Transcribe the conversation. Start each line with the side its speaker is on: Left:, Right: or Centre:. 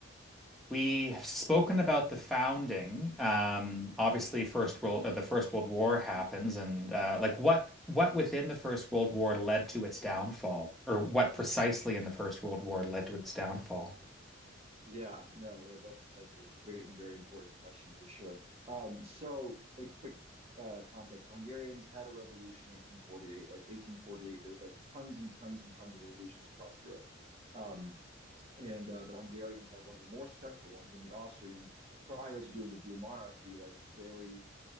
Centre: We've spoken about the founding. Um, obviously, first world uh, the First World War happens, and uh, like what what within the First World War led to its downfall, or what precisely in the First World War led to its downfall?
Right: Yeah, no, uh, that's that's a great and a very important question for sure. Um, so a quick uh, context: the Hungarians had a revolution in 1848. Like 1848, there's like tons and tons and tons of revolutions across Europe, um, and uh, the Hungarians have one of the more successful ones. And the Austrians, prior to doing the dual monarchy, like very